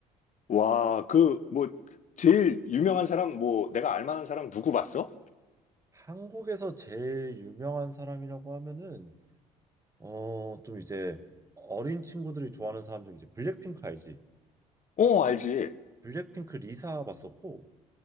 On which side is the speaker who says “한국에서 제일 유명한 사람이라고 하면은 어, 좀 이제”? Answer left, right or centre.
Right